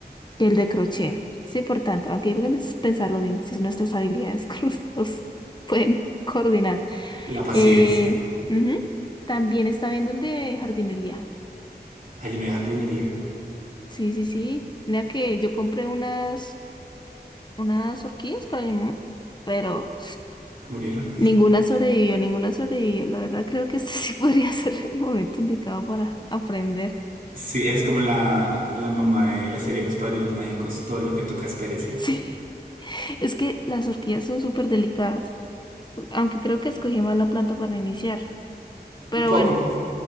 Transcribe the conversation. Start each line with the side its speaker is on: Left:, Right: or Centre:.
Left: y el de crochet. Es importante, aunque hay que pens- pensarlo bien, si nuestras habilidades <laughs> con pueden coordinar.
Right: La paciencia.
Left: Eh, ujú, También está viendo el de jardinería.
Right: Ayuno de jardinería.
Left: Sí, sí, sí. Mira que yo compré unas, unas orquídeas para mi mamá, pero
Right: Murieron.
Left: ninguna sobrevivió, ninguna sobrevivió. La verdad creo que este <laughs> sí podría ser el momento indicado para aprender.
Right: Sí, eres como la, la mamá de la serie Los Padrinos Mágicos. Todo lo que tocas perece.
Left: Sí. Es que las orquídeas son súper delicadas. Aunque creo que escogí mal la planta para iniciar. Pero
Right: Un poco.
Left: bueno,